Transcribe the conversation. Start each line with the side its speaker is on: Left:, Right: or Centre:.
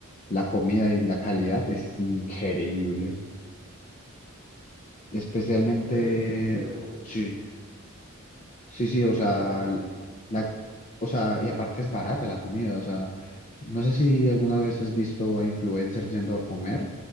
Left: la comida y la calidad es increíble. Especialmente,
Centre: Serio, pero
Left: sí. Sí, sí, o sea,
Centre: dale, dale, dale.
Left: la, o sea, y aparte es barata la comida, o sea, no sé si alguna vez has visto a influencers yendo a comer,